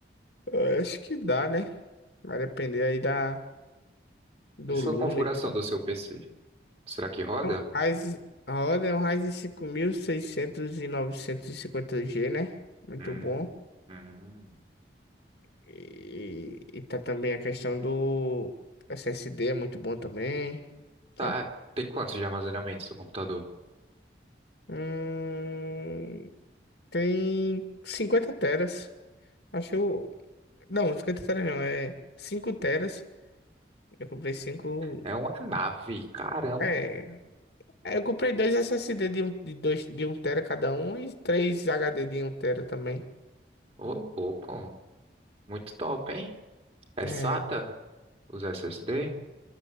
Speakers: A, on the left; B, on the right.
A: Eu acho que dá, né? Vai depender aí da,
B: E
A: do
B: sua
A: Lula
B: configuração
A: e tal.
B: do seu PC? Será que roda?
A: É um Ryzen, a roda é um Ryzen 5600 e seiscentos e novecentos e cinquenta g né? Muito
B: Hum,
A: bom.
B: hum.
A: E, e tá também a questão do SSD, é muito bom também. Tá?
B: Tá, tem quantos de armazenamento seu computador?
A: Hum, tem 50 teras. Acho que eu. Não, 50 teras não, é 5 teras. Eu comprei cinco
B: É uma nave, caramba.
A: é É, Eu comprei dois SSD de um, de dois, de um tera cada um e três HD de um tera também.
B: Ô, louco. Muito top, hein? É
A: É,
B: SATA? Os SSD?